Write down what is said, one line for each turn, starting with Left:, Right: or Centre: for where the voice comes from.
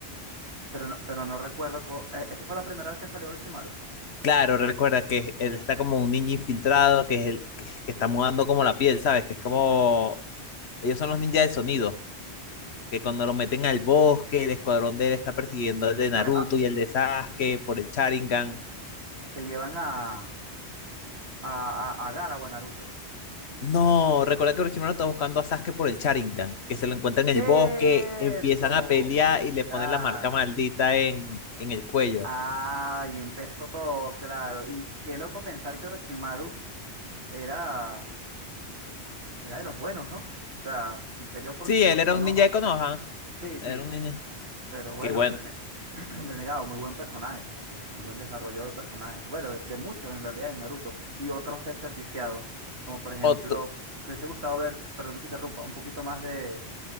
Right: Pero no, pero no recuerdo, co- eh, esa fue la primera vez que salió Orochimaru.
Left: Claro, recuerda que él está como un ninja infiltrado, que es el que, que está mudando como la piel, ¿sabes? Que es como, ellos son los ninjas del sonido que cuando lo meten al bosque, el escuadrón de él está persiguiendo el de Naruto
Right: A- a-
Left: y el de Sasuke por el Sharingan.
Right: te llevan a, a, a, a Gaara o a Naruto.
Left: No, recuerda que Orochimaru está buscando a Sasuke por el Sharingan, que se lo encuentra
Right: Cierto,
Left: en el bosque, empiezan a pelear y le
Right: ya.
Left: ponen la marca maldita en, en el cuello.
Right: Ah, y empezó todo, claro. Y qué loco pensar que Orochimaru era... Era de los buenos, ¿no? O sea, él peleó por,
Left: Sí, él
Right: por
Left: era
Right: Konoha.
Left: un ninja de Konoha,
Right: Sí, sí.
Left: era un ninja.
Right: Pero bueno,
Left: Que bueno,
Right: Rene- <clears throat> Renegado, muy buen personaje. Muy, muy buen desarrollo de personaje. Bueno, de muchos en realidad en Naruto. Y otros desperdiciados. Como por ejemplo,
Left: otro-
Right: me hubiese gustado ver, perdón que te interrumpa, un poquito más de,